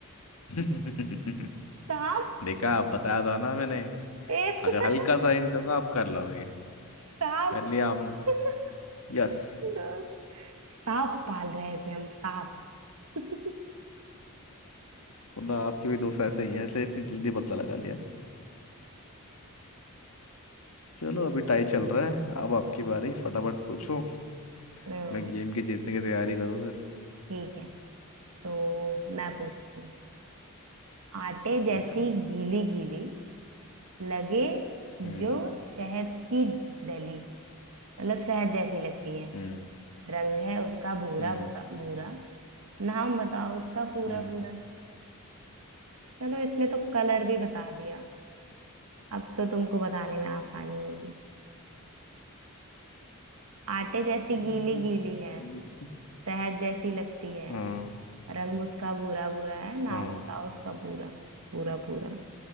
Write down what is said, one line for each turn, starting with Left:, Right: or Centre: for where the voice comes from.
Left: <laughs>
Right: सांप
Left: देखा आप बताया था ना मैंने
Right: एक
Left: अगर हल्का
Right: <laughs>
Left: सा हिंट दूंगा आप कर लोगे
Right: सांप
Left: कर लिया आपने
Right: <laughs>
Left: यस
Right: दोस्त सांप पाल रहे थे हम सांप <laughs>
Left: मतलब आपके भी दोस्त ऐसे ही हैं इसलिए इतनी जल्दी बदला लगा लिया चलो अभी टाई चल रहा है अब आपकी बारी फटाफट पूछो
Right: हम्म,
Left: मैं गेम की जीतने की तैयारी करूँ उधर
Right: ठीक है तो मैं पूछती हूँ आटे जैसी
Left: पूछो
Right: गीली गीली लगे
Left: हम्म
Right: जो शहद की डली मतलब शहद जैसी लगती है
Left: हम्म
Right: रंग है उसका भूरा
Left: हम्म
Right: भूरा भूरा नाम बताओ उसका पूरा
Left: हम्म
Right: पूरा चलो इसमें तो कलर भी बता दिया अब तो तुमको बताने में आसानी होगी आटे जैसी
Left: हम्म,
Right: गीली गीली है
Left: ये तो-
Right: शहद जैसी लगती है
Left: हाँ
Right: रंग उसका भूरा भूरा है नाम
Left: हाँ
Right: बताओ उसका पूरा पूरा पूरा